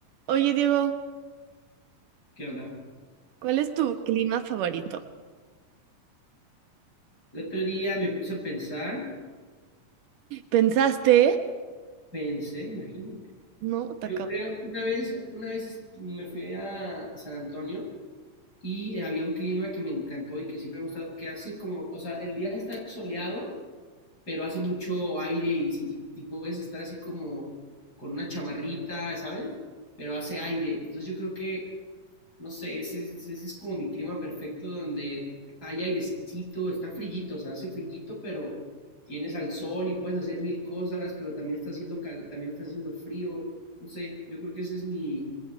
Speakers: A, on the right (about 85°); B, on the left (about 30°).
A: Oye, Diego,
B: ¿Qué onda?
A: ¿cuál es tu clima favorito?
B: El otro día me puse a pensar,
A: ¿Pensaste?
B: pensé, imagínate.
A: No, te
B: Yo
A: acabo.
B: creo, una vez, una vez me fui a San Antonio y había un clima que me encantó y que siempre me ha gustado, que hace como, o sea, el día está soleado, pero hace mucho aire y, se- y, y puedes estar así como con una chamarrita, ¿sabes? Pero hace aire. Entonces yo creo que no sé, ese, es- ese es como mi clima perfecto donde hay airecito, está frillito, o sea, hace frillito, pero tienes al sol y puedes hacer mil cosas, pero también está haciendo cal- también está haciendo frío, no sé, yo creo que ese es mi,